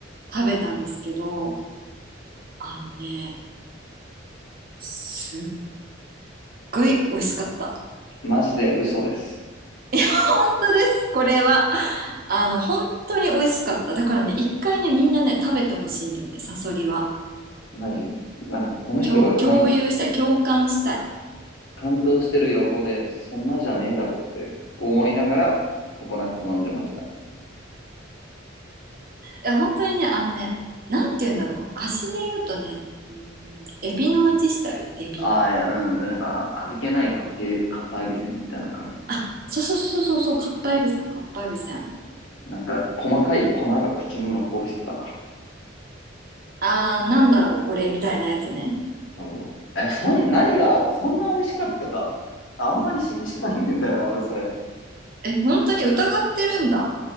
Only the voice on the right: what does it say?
食べたんですけど、あのね、すっごい美味しかった。
本当です、これは。あの、本当に美味しかった。だからね、一回ね、みんなね、食べてほしいんだよね、サソリは。
共、共有したい、共感したい。
いや、本当にね、あのね、なんて言うんだろう。味で言うとね、うーん、エビの味したよ、エビ。
あ、そうそうそうそうそう、かっぱえびせん、かっぱえびせん。
あー、なんだろう、これ、みたいなやつね。
うん
え、本当に疑ってるんだ。